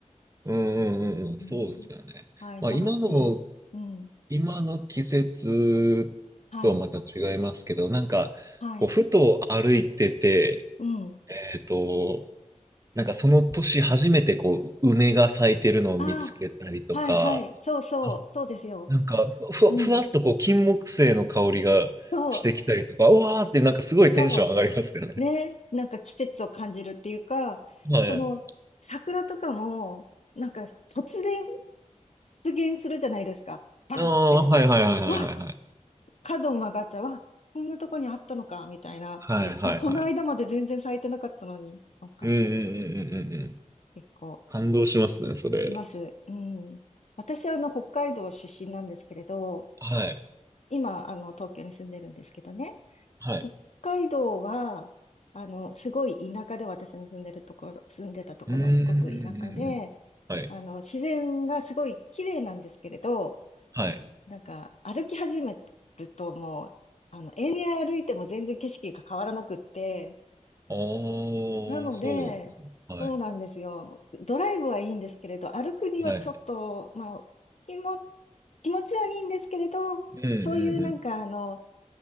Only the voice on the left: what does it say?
うん、
はい、
楽しい。うん。
はい、
はい、
うん。
ああ、はい、はい、そうそう、
そうですよ。
うん。
そう、
そう。ね、なんか季節を感じるっていうか、
その、桜とかも、なんか突然出現するじゃないですか。バーってなんか、
うわ、角曲がったら、わ、こんなとこにあったのか、みたいな。
え、こ、この間まで全然咲いてなかったのに、なんか、
結構、
します。うん。私はあの、北海道出身なんですけれど、
今、あの、東京に住んでるんですけどね、
北海道は、あの、すごい田舎で、私の住んでるところ、住んでたところはすごく田舎で、
あの、自然がすごい綺麗なんですけれど、
なんか、歩き始めるともう、あの、延々歩いても全然景色が変わらなくって、
なので、
そうなんですよ。ドライブはいいんですけれど、歩くにはちょっと、
まあ、気も、気持ちはいいんですけれど、
そういうなんか、
あの、